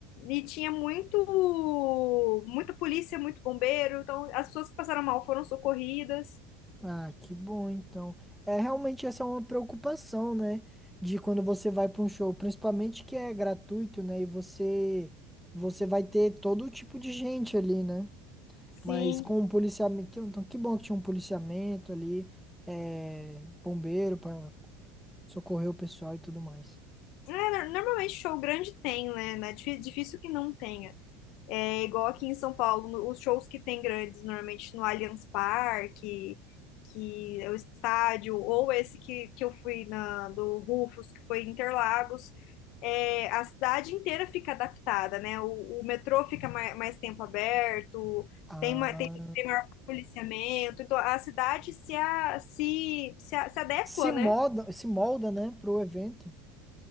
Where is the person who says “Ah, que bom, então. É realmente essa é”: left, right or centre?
Centre